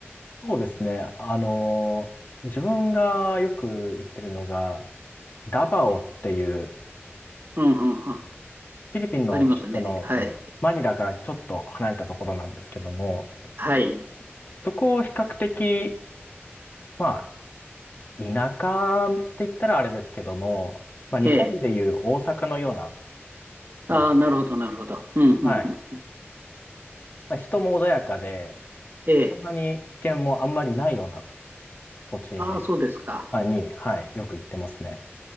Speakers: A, on the left (about 45°); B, on the right (about 45°).
A: そうですね。あのー自分がよく行ってるのが、ダバオっていう、
B: うんうんうんうん。
A: フィリピンの首都の、
B: ありますね。はい。
A: その、マニラからちょっと離れたところなんですけども、
B: はい。
A: そこを比較的、まあ、田舎って言ったらあれですけども、まあ、日本でいう大阪のような
B: ええ。ああ、
A: 場所で、
B: なるほど、なるほど。うん、
A: はい。
B: うん、うん。
A: まあ、人も穏やかで、
B: ええ。
A: そんなに危険もあんまりないような土地
B: ああ、そうですか。
A: あに、はい、よく行ってますね。